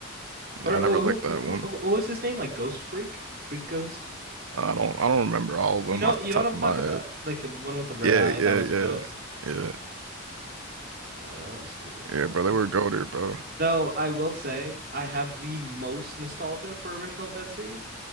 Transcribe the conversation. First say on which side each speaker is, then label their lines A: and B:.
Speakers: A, on the right; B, on the right.
A: <laughs>
B: Yeah,
A: or
B: I never
A: oh,
B: liked
A: who,
B: that
A: who,
B: one.
A: who- what was his name? Like Ghost Freak, Freak Ghost.
B: Uh, I don't I don't remember all
A: You
B: of them
A: know,
B: off
A: you
B: the top
A: know what I'm
B: of
A: talking
B: my head.
A: about? Like the one with the red
B: Yeah,
A: eye
B: yeah,
A: that was
B: yeah.
A: a ghost.
B: Yeah.
A: Yeah, that was cool,
B: Yeah,
A: bro.
B: bro,
A: Ben
B: they were
A: 10.
B: go there, bro.
A: Though I will say I have the most nostalgia for original Ben series,